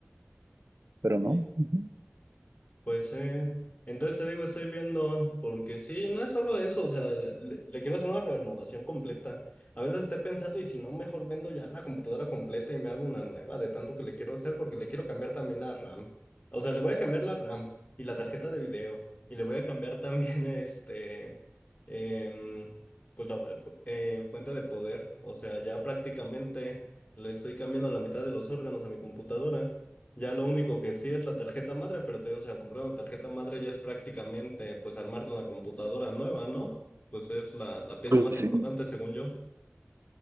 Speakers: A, on the right; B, on the left.
A: pero no.
B: Sí.
A: ujú.
B: Pues sí, entonces te digo, estoy viendo, porque sí, no es solo eso, o sea, le, le- le quiero hacer una renovación completa. A veces estoy pensando y si no, mejor vendo ya la computadora completa y me armo una nueva de tanto que le quiero hacer, porque le quiero cambiar también la RAM. O sea, le voy a cambiar la RAM y la tarjeta de video, y le voy a cambiar también <laughs> este, em, pues la fu- eh, fuente de poder. O sea, ya prácticamente le estoy cambiando la mitad de los órganos a mi computadora. Ya lo único que sí es la tarjeta madre, pero te digo, o sea, comprar una tarjeta madre ya es prácticamente, pues, armarte una computadora nueva, ¿no? Pues es la, la pieza
A: Pues
B: más importante,
A: sí,
B: según yo.